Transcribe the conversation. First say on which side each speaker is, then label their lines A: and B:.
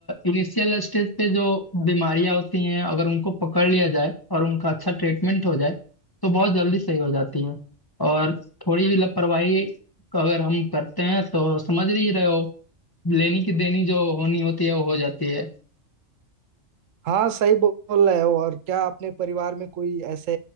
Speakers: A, on the left; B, on the right.
A: इनिशियल स्टेज पे जो बीमारियां होती हैं अगर उनको पकड़ लिया जाए और उनका अच्छा ट्रीटमेंट हो जाए तो बहुत जल्दी सही हो जाती हैं और थोड़ी भी लापरवाही अगर हम करते हैं तो समझ ही रहे हो लेनी की देनी जो होनी होती है वो हो जाती है
B: हाँ सही बोल रहे हो और क्या अपने परिवार में कोई ऐसे